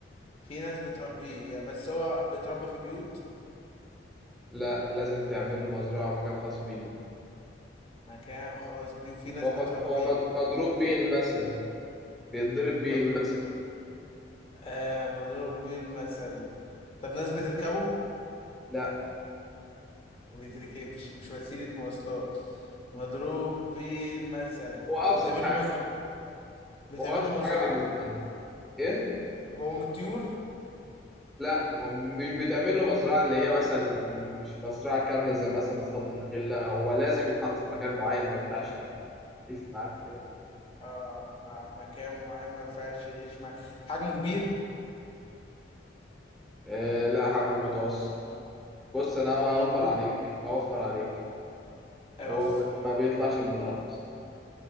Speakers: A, on the left (about 30°); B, in the centre.
A: في ناس بتربيه بس هو بيتربى في بيوت
B: لا لازم تعمل له مزرعة ومكان خاص بيه
A: مكان خاص بيه وفي ناس
B: هو
A: بتربيه
B: مض- هو مض- مضروب بيه المثل بيتضرب بيه
A: مضروب
B: المثل
A: آه مضروب بيه المثل طب ناس بتركبه
B: لا
A: ما بيتركبش مش وسيلة مواصلات مضروب بيه المثل
B: هو
A: وبتعمل
B: أبسط حاجة
A: له مصروف بتعملوا
B: هو أبسط حاجة
A: مزرعة
B: بالنسبة لك إيه؟
A: طب هو من الطيور
B: لا هو مش بتعمل له مزرعة اللي هي مثلا مش مزرعة كاملة زي مثلا اسطبل الخيل لا هو لازم يتحط في مكان معين ما ينفعش يعيش معاك كده في البيت
A: آه آه مكان معين ما ينفعش يعيش مع حجمه كبير
B: آه لا حجمه متوسط بص أنا هوفر
A: ما هو موجود
B: عليك هوفر عليك
A: آه
B: هو
A: ف-
B: ما بي- ما بيطلعش من القفص